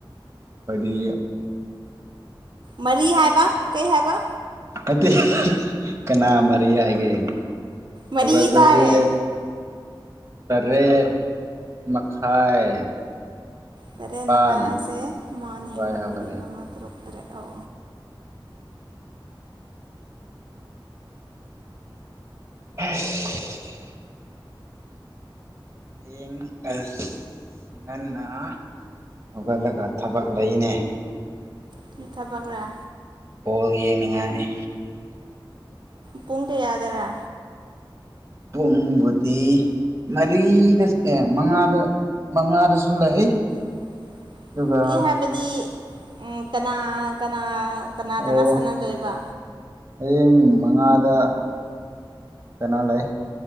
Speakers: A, on the right (about 35°); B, on the right (about 60°).
A: ꯈꯣꯏꯗꯤ
B: ꯃꯔꯤ ꯍꯥꯏꯕ ꯀꯩ ꯍꯥꯏꯕ
A: ꯑꯠꯇꯦ ꯀꯅꯥ ꯃꯔꯤ ꯍꯥꯏꯒꯦ
B: ꯃꯔꯤ
A: ꯍꯧꯒꯠꯄꯁꯦ
B: ꯇꯥꯏꯌꯦ
A: ꯇꯔꯦꯠ ꯃꯈꯥꯏ
B: ꯇꯔꯦꯠ
A: ꯅꯤꯄꯥꯟ
B: ꯃꯈꯥꯏ ꯍꯥꯏꯁꯦ ꯃꯥꯅꯤ
A: ꯑꯗꯨꯋꯥꯏ
B: ꯑꯍꯨꯝ
A: ꯍꯧꯒꯠꯂꯦ
B: ꯃꯔꯤ ꯃꯉꯥ ꯇꯔꯨꯛ ꯇꯔꯦꯠ ꯑꯣ
A: ꯍꯩꯁ ꯍꯌꯦꯡ ꯑꯁ ꯉꯟꯅ ꯍꯧꯒꯠꯂꯒ ꯊꯕꯛ ꯂꯩꯅꯦ
B: ꯀ꯭ꯔꯤ ꯊꯕꯛꯂ
A: ꯕꯣꯜ ꯌꯦꯡꯅꯤꯡꯉꯥꯏ
B: ꯄꯨꯡ ꯀꯌꯥꯗꯔ
A: ꯄꯨꯡꯕꯨꯗꯤ ꯃꯔꯤꯗ ꯑꯦ ꯃꯉꯥꯗ ꯃꯉꯥꯗꯁꯨ ꯂꯩ
B: <inaudible>
A: ꯑꯗꯨꯒ
B: ꯑꯩ ꯍꯥꯏꯕꯗꯤ ꯎ ꯀꯅꯥ ꯀꯅꯥ ꯀꯅꯥ
A: ꯑꯣ
B: ꯀꯅꯥ ꯁꯥꯟꯅꯗꯣꯏꯕ
A: ꯍꯌꯦꯡ ꯃꯉꯥꯗ ꯀꯨꯅꯣ ꯂꯩ